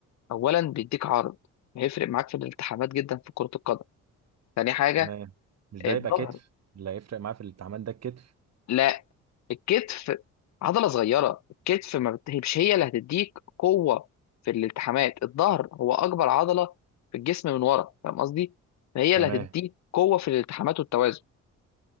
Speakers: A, on the left; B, on the right.
A: اولا بيديك عرض هيفرق معاك في الالتحامات جدا في كره القدم تاني حاجه
B: تمام مش ده
A: الظهر
B: يبقى كتف اللي هيفرق معاه في التعامل ده الكتف
A: لا الكتف عضله صغيره الكتف ما بت- هي- مش هي اللي هتديك قوه في الالتحامات الظهر هو اكبر عضله في الجسم من ورا فاهم قصدي فهي
B: تمام
A: اللي هتديك قوه في الالتحامات والتوازن